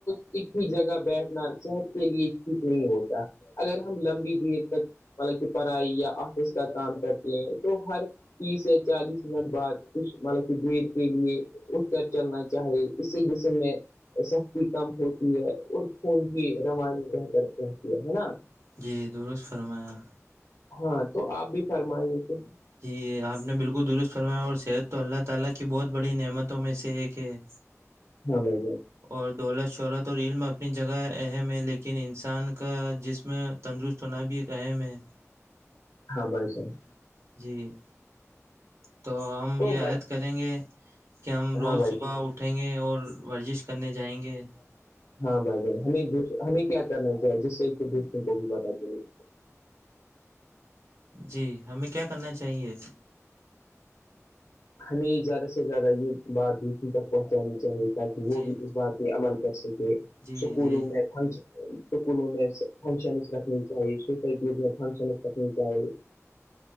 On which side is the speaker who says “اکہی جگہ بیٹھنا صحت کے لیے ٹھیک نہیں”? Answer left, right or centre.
Left